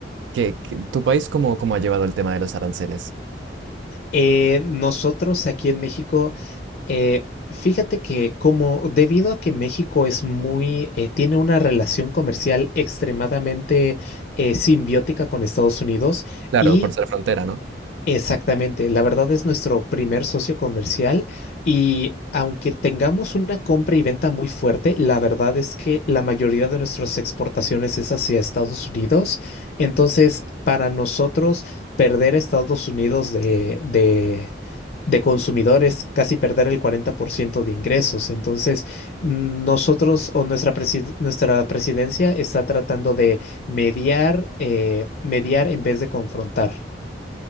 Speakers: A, on the right; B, on the left.
A: ¿qué, qué- tu país cómo, cómo ha llevado el tema de los aranceles?
B: eh, nosotros aquí en México, eh, fíjate que como debido a que México es muy, eh, tiene una relación comercial extremadamente eh, simbiótica con Estados Unidos
A: Claro,
B: y
A: por ser frontera, ¿no?
B: Exactamente, la verdad es nuestro primer socio comercial y aunque tengamos una compra y venta muy fuerte, la verdad es que la mayoría de nuestras exportaciones es hacia Estados Unidos. Entonces, para nosotros, perder a Estados Unidos de, de, de consumidores, casi perder el 40% de ingresos. Entonces, nosotros o nuestra, presi- nuestra presidencia está tratando de mediar, eh, mediar en vez de confrontar.